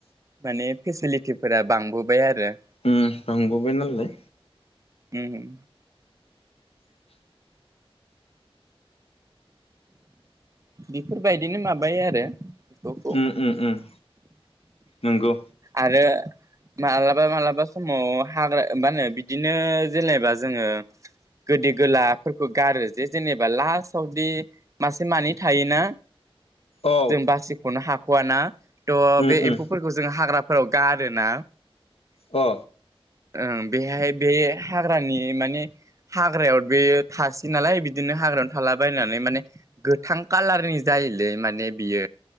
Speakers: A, on the right (about 30°); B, on the left (about 75°).
A: माने फेसिलिटिफोरा बांबोबाय आरो
B: उम बांबोबाय नालाय
A: ओम बेफोरबायदिनो माबायो आरो बेखौ
B: उम उम उम नंगौ
A: आरो मालाबा मालाबा समाव हाग्रा मा होनो बिदिनो जेनेबा जोङो गोदै गोलाफोरखौ गारो जे जेनेबा लास्टावदि मासे मानै थायोना?
B: औ
A: जों बासिखौनो हा खु आ ना थ'
B: उम
A: बे
B: उम
A: एम्फौफोरखौ जों हाग्राफोराव गारोना
B: अ
A: ओं बेहाय बे हाग्रानि माने हाग्रायाव बे थासै नालाय बिदिनो हाग्रायावनो थालाबायनानै माने गोथां कालारनि जायोलै माने बियो।